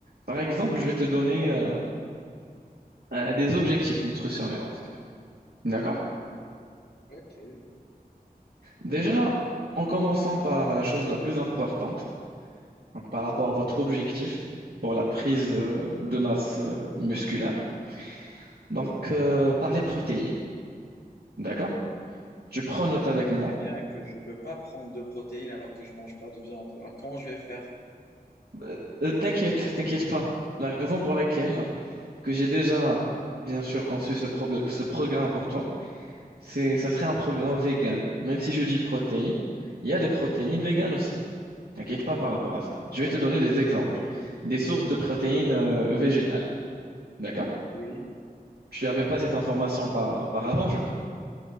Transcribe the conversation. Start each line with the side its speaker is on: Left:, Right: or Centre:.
Right: par exemple, je vais te donner euh, euh, des objectifs nutritionnels en fait. D'accord?
Left: Ok.
Right: Déjà, en commençant par la chose la plus importante, donc par rapport à votre objectif pour la prise euh, de masse euh, musculaire, donc euh, par les protéines. D'accord? Tu prends note
Left: Et tu
Right: avec
Left: sais
Right: moi.
Left: très bien que je ne peux pas prendre de protéines alors que je mange pas de viande. Alors comment je vais faire?
Right: Euh, euh, t'inquiète, t'inquiète pas. La raison pour laquelle que j'ai déjà, bien sûr, conçu ce, problème- ce programme pour toi. C'est, ça serait un programme vegan. Même si je dis protéines, il y a des protéines véganes aussi. T'inquiète pas par rapport
Left: D'accord.
Right: à ça. Je vais te donner des exemples,
Left: Ok.
Right: des sources de protéines euh, végétales. D'accord?
Left: Oui.
Right: Tu n'avais pas cette information par- auparavant, je crois.